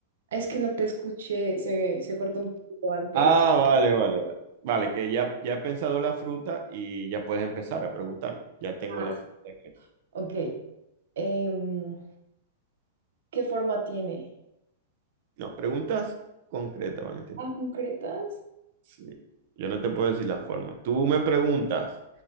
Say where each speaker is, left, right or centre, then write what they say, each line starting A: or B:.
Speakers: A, on the right (about 85°); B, on the right (about 55°).
A: es que no te escuché, se, se cortó un poquito antes.
B: Ah, vale, vale, vale. Vale, que ya, ya he pensado la fruta y ya puedes empezar a preguntar. Ya tengo
A: Ah,
B: la fruta. en mente.
A: ok. Em, ¿qué forma tiene?
B: No, preguntas concretas, Valentina.
A: Ah, concretas.
B: Sí. Yo no te puedo decir la forma. Tú me preguntas.